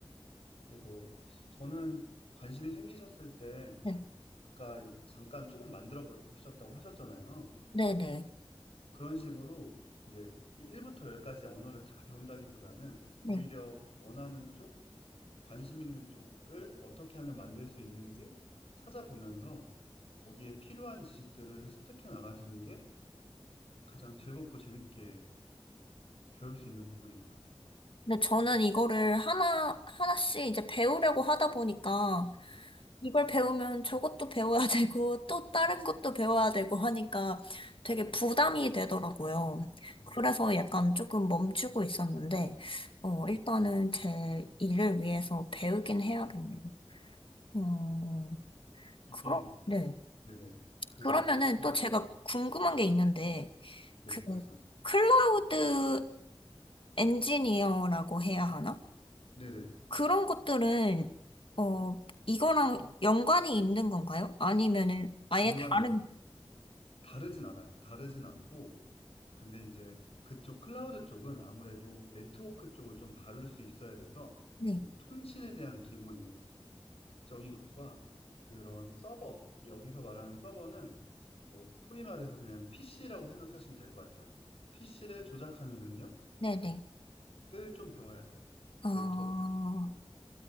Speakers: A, on the left (about 80°); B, on the left (about 60°).
A: 그래서 저는 관심이 생기셨을 때,
B: 네.
A: 아까 이- 잠깐 조금 만들어 보셨다고 하셨잖아요.
B: 네네.
A: 그런 식으로 이제 1부터 10까지 언어를 다 배운다기보다는 오히려
B: 네.
A: 원하는 쪽, 관심 있는 쪽을 어떻게 하면 만들 수 있는지 찾아보면서 거기에 필요한 지식들을 습득해 나가시는 게 가장 즐겁고 재밌게 배울 수 있는 부분인 것 같아요.
B: 근데 저는 이거를 하나, 하나씩 이제 배우려고 하다 보니까 이걸 배우면 저것도 배워야 <laughs> 되고 또 다른 것도 배워야 되고 하니까 되게 부담이 되더라고요.
A: 그렇죠.
B: 그래서 약간 조금 멈추고 있었는데, 어,
A: 네.
B: 일단은 제 일을 위해서 배우긴 해야겠네요. 어,
A: 이게,
B: 그러, 네.
A: 네네. 그,
B: 그러면은
A: 좀-
B: 또 제가 궁금한 게 있는데,
A: 네,
B: 그,
A: 말씀하세요.
B: 클라우드 엔지니어라고 해야 하나?
A: 네네.
B: 그런 것들은, 어, 이거랑 연관이 있는 건가요? 아니면은 아예
A: 연관이
B: 다른,
A: 다르진 않아요. 다르진 않고, 근데 이제 그쪽 클라우드 쪽은 아무래도 네트워크 쪽을 좀 다룰 수 있어야 돼서
B: 네,
A: 이 통신에 대한 기본 적인 것과 그런 서버, 여기서 말하는 서버는 뭐 소위 말해서 그냥 PC라고 생각하시면 될 것 같아요. PC를 조작하는 능력을
B: 네네.
A: 좀 배워야 돼요.
B: 어,
A: 네트워크.